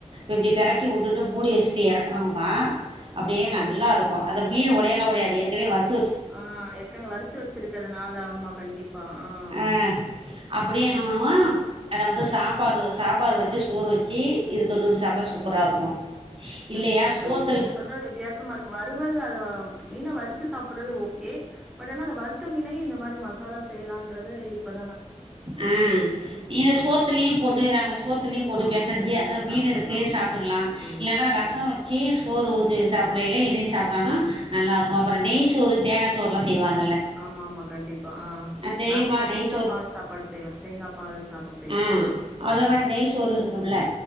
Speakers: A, on the right (about 45°); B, in the centre.
A: இப்டி பெரட்டி
B: ம்,
A: வுட்டுட்டு மூடி வச். ச்சு எறக்குனோம்னா. அப்டியே
B: ம்.
A: நல்லாருக்கு. அது அப்டியே ஒடையில்லா ஒடையது ஏற்கனவே வரத்.
B: ஆஹா ஏற்கனவே வறுத்து வச்சிருக்கதுனால ஆம்மா கண்டிப்பா ஆஹ.
A: ஆ அப்படியே என்ன பண்ணுவோ அத வந்து சாம்பாரு சாம்பாரு வச்சு சோறு வச்சி இது தொட்டுட்டு சாப்டா சூப்பரா இருக்கு.
B: கண்டிப்பா
A: இல்லையா சோத்துல.
B: தோழி. நீங்க சொல்றது வித்தியாசமா இருக்கு வறுவல் அது ம்ச் மீன வறுத். த்து சாப்பிடுறது ஓகே. பட் ஆனா அந்த வருத்தமீனையே இந்த மாரி மசாலா செய்யலான்றது இப்பத்.
A: ம் இத
B: ஒரு
A: சோத்துலயு
B: தடவ செஞ்சு பாக்
A: போட்டு சோத்துலயு போட்டு
B: ஆமா.
A: பிசைஞ்சு
B: பெசஞ்சு
A: அதா மீனு
B: சாப்பிடலாம்.
A: இருக்கு சாப்புட்டுக்கலா
B: ம். ம்.
A: இல்லன்னா. அஹ ரசோ
B: கண்டிப்பா.
A: வச்சு சோறு ஊத்தி சாப்பிடல
B: ஆ.
A: இதையு சாப்டோனா நல்லா இருக்கு அப்புறோ நெய் சோறு. தேங்கா சோறுல்லா செய்வாங்.
B: ஆமா ஆமா கண்டிப்பா ஆஹ. ஆ
A: தெரியுமா
B: நா செய்யுற தேங்காபால்
A: நெய்
B: சாப்பாடு செய்வ தேங்காபால் சாதம் செ.
A: ஆஹ அதே மாரி நெய் சோறு இருக்கும்ல்ல.